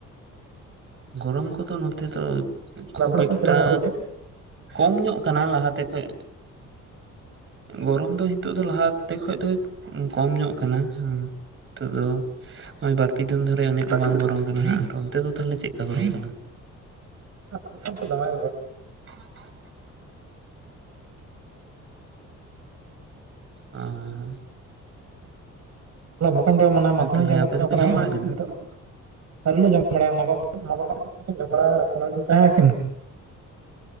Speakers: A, on the right; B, on the right.
A: ᱜᱚᱨᱚᱢ ᱠᱚᱫᱚ ᱱᱚᱛ... ᱛᱮᱫᱚ ᱠᱷᱩᱵ
B: ᱵᱟᱸᱠᱩᱲᱟ
A: ᱮᱠᱴᱟ
B: ᱥᱮᱫ ᱪᱟᱞᱟᱜ ᱞᱮᱠᱟ ᱠᱚ ᱵᱩᱡᱷᱟᱹᱜ
A: ᱠᱚᱢ ᱧᱚᱜ ᱠᱟᱱᱟ, ᱞᱟᱦᱟᱛᱮ ᱠᱷᱚᱡ ᱜᱚᱨᱚᱢ ᱫᱚ ᱦᱤᱛᱳᱜ ᱫᱚ ᱞᱟᱦᱟ ᱛᱮ ᱠᱷᱚᱡ ᱫᱚ ᱠᱚᱢ ᱧᱚᱜ ᱠᱟᱱᱟ, ᱦᱟᱸ ᱱᱤᱛᱚᱜ ᱫᱚ ᱱᱚᱜ-ᱚᱭ ᱵᱟᱨ ᱯᱮ ᱫᱤᱱ ᱫᱷᱚᱨᱮ ᱩᱱᱟᱹᱜ ᱫᱚ
B: ᱟᱯᱮ
A: ᱵᱟᱝ ᱜᱚᱨᱚᱢ ᱠᱟᱱᱟ ᱦᱟᱸᱜ, ᱟᱨ ᱚᱱᱛᱮ ᱫᱚ ᱛᱟᱦᱞᱮ ᱪᱮᱜᱠᱟ ᱜᱚᱨᱚᱢ ᱠᱟᱱᱟ
B: ᱚᱱᱟ ᱠᱳ ᱫᱤᱥᱚᱢ ᱥᱮᱫ ᱫᱟᱢᱮ ᱜᱮ ᱜᱚᱨᱳᱢ
A: <unintelligible> ᱚᱸᱻ
B: ᱦᱚᱞᱟ ᱵᱚᱠᱚᱧ ᱫᱚ ᱢᱟᱱᱮ ᱢᱟᱫᱽᱫᱷᱚᱢᱤᱠ
A: ᱚ ᱛᱟᱦᱞᱮ
B: ᱮᱢ
A: ᱟᱯᱮ
B: ᱠᱟᱛᱮᱜ
A: ᱫᱚᱯᱮ
B: ᱚᱠᱟᱨᱮ
A: ᱡᱚᱢ ᱵᱟᱲᱟ ᱠᱮᱫᱟ
B: ᱱᱤᱛᱳᱜ ᱟᱹᱣᱨᱤ ᱞᱮ ᱡᱚᱢ ᱵᱟᱲᱟᱭᱟ ᱢᱟ ᱵᱟᱵᱟ ᱛᱟᱠᱤᱱ ᱫᱚᱠᱤᱱ ᱡᱚᱢ ᱵᱟᱲᱟ ᱟᱠᱟᱫᱟ, ᱯᱷᱳᱱ ᱟᱫᱤᱧ ᱛᱟᱦᱮᱸ ᱟᱠᱤᱱ